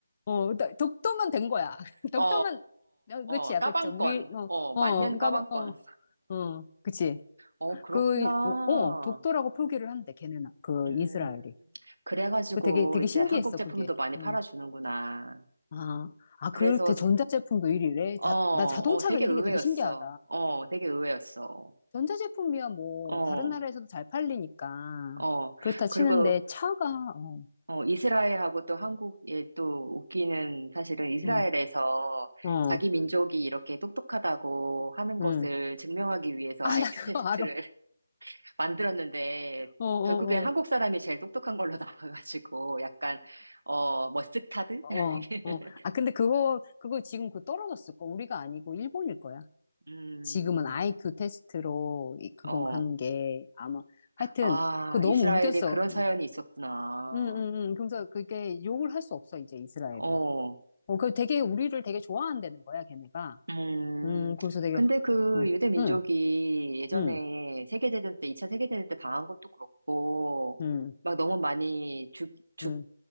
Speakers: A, on the left; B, on the right.
A: 어, 나- 독도만 된 거야. <laughs> 독도만,
B: 어, 어,
A: 어, 그치야,
B: 어, 까방권.
A: 그치. 우리, 어,
B: 어, 만년
A: 어, 그니까
B: 까방권.
A: 뭐, 어, 어, 그치.
B: 어, 그렇구나.
A: 그, 어, 어, 독도라고 표기를 한대, 걔네는. 그
B: 음,
A: 이스라엘이.
B: 그래가지고
A: 그 되게, 되게
B: 이제
A: 신기했어,
B: 한국 제품도
A: 그게.
B: 많이
A: 음.
B: 팔아주는구나.
A: 아, 아,
B: 그래서,
A: 그렇대. 전자제품도 이위래
B: 어,
A: 다,
B: 어,
A: 나 자동차가
B: 되게
A: 이위인
B: 의외였어.
A: 게 되게 신기하다.
B: 어, 되게 의외였어.
A: 전자제품이야, 뭐,
B: 어,
A: 다른 나라에서도 잘 팔리니까.
B: 어.
A: 그렇다 치는데,
B: 그리고,
A: 차가, 어,
B: 어, 이스라엘하고 또 한국이 또 웃기는 사실은 이스라엘에서
A: 응, 어,
B: 자기 민족이 이렇게 똑똑하다고 하는 것을
A: 응.
B: 증명하기 위해서
A: 아,
B: IQ
A: 나 그거
B: 테스트를
A: 알아.
B: 만들었는데
A: 어, 어,
B: 결국엔 한국
A: 어,
B: 사람이 제일 똑똑한 걸로 <laughs> 나와가지고 약간 어 머스타드?
A: 어,
B: <laughs>
A: 어. 아, 근데 그거, 그거 지금 그 떨어졌을 거. 우리가 아니고 일본일 거야.
B: 음,
A: 지금은 아이큐 테스트로 이- 그건
B: 어,
A: 간 게, 아마. 하여튼,
B: 아
A: 그거
B: 이스라엘이
A: 너무 웃겼어.
B: 그런 사연이 있었구나.
A: 응, 응, 응. 그래서 그게 욕을 할 수 없어, 이제 이스라엘을.
B: 어.
A: 어, 그 되게 우리를 되게 좋아한다는 거야, 걔네가.
B: 음,
A: 음, 그래서 되게,
B: 근데 그
A: 어,
B: 유대 민족이
A: 응,
B: 예전에
A: 응,
B: 세계대전 때, 2차 세계대전 때 당한 것도 그렇고,
A: 응,
B: 막 너무 많이 죽, 죽,
A: 응,